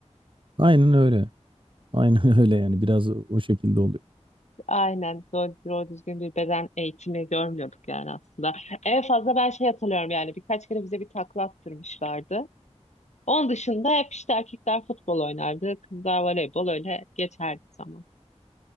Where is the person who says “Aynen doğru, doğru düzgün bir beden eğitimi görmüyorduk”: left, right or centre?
Left